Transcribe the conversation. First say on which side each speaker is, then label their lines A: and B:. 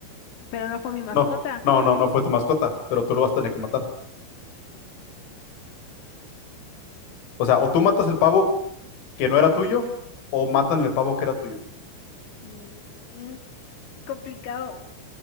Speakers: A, on the left (about 60°); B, on the left (about 90°).
A: Pero no fue mi mascota.
B: No, no, no, no fue tu mascota, pero tú lo vas a tener que matar. O sea, o tú matas el pavo que no era tuyo, o matan el pavo que era tuyo.
A: Mm, complicado.